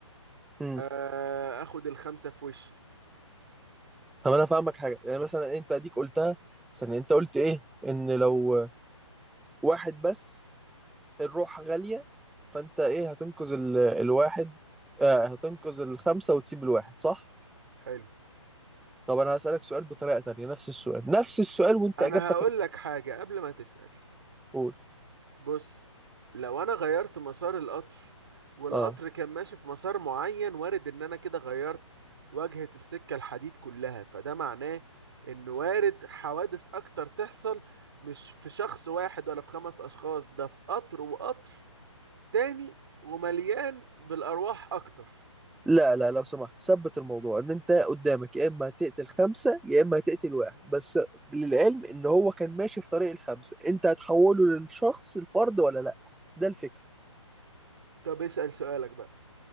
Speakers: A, in the centre; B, on the right (about 50°).
A: امم
B: آه، آخد الخمسة في وشي
A: طب انا فاهمك حاجة يعني مثلا انت اديك قلتها ثانية انت قلت ايه ان لو واحد بس الروح غالية فانت ايه هتنقذ ال... الواحد آه هتنقذ الخمسة وتسيب الواحد صح؟
B: حلو
A: طب انا هسألك سؤال بطريقة تانية نفس السؤال نفس السؤال وانت
B: أنا
A: اجابتك
B: هقول لك حاجة قبل ما تسأل
A: هتقول
B: بص لو أنا غيرت مسار القطر والقطر
A: اه
B: كان ماشي في مسار معين وارد إن أنا كده غيرت واجهة السكة الحديد كلها فده معناه إن وارد حوادث أكتر تحصل مش في شخص واحد ولا في خمس أشخاص ده في قطر وقطر تاني ومليان بالأرواح أكتر
A: لا لا لو سمحت ثبت الموضوع ان انت قدامك يا اما هتقتل خمسة يا اما هتقتل واحد بس للعلم ان هو كان ماشي في طريق الخمسة انت هتحوله للشخص الفرد ولا لا ده الفكرة
B: طب اسأل سؤالك بقى